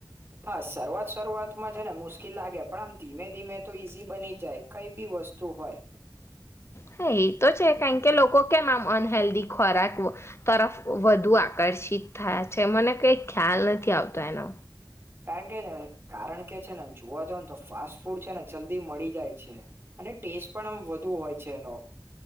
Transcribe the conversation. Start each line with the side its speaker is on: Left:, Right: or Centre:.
Right: હા શરૂઆત શરૂઆતમાં છે ને મુશ્કેલ લાગે પણ આમ ધીમે ધીમે તો ઈઝી બની જાય કઈ બી વસ્તુ હોય
Left: હા એ તો છે કારણ કે લોકો કેમ આમ અનહેલ્ધી ખોરાક તરફ વધુ આકર્ષિત થયા છે મને કઈ ખ્યાલ નથી આવતો એનો
Right: કારણ કે કારણ કે છે નેમ જોવા જાવ ને તો ફાસ્ટ ફૂડ છે ને જલ્દી મળી જાય છે અને ટેસ્ટ પણ આમ વધુ હોય છે એનો